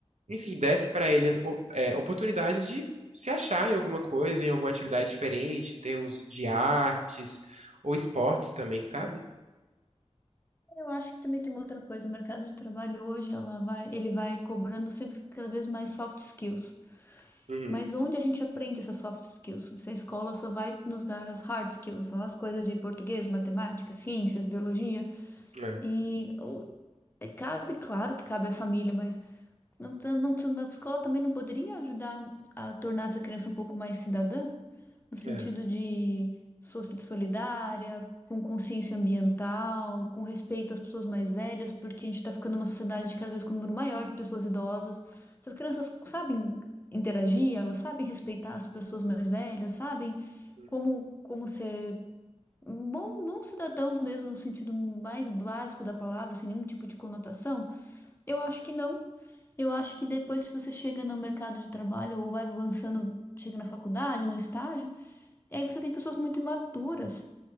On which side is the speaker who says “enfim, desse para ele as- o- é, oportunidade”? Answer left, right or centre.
Right